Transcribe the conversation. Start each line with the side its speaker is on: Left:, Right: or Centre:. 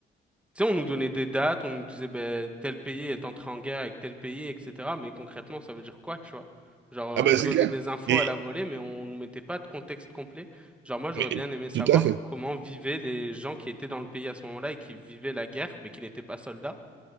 Centre: Tu sais, on nous donnait des dates, on nous disait ben, tel pays est entré en guerre avec tel pays, etc. Mais concrètement, ça veut dire quoi, tu vois? Genre, euh,
Right: Ah
Centre: on
Right: ben
Centre: nous
Right: c'est
Centre: donnait
Right: clair.
Centre: des infos
Right: Et
Centre: à la volée, mais on nous mettait pas de contexte complet. Genre, moi, j'aurais
Right: mais,
Centre: bien aimé savoir
Right: tout à fait.
Centre: comment vivaient les gens qui étaient dans le pays à ce moment-là et qui vivaient la guerre, mais qui n'étaient pas soldats.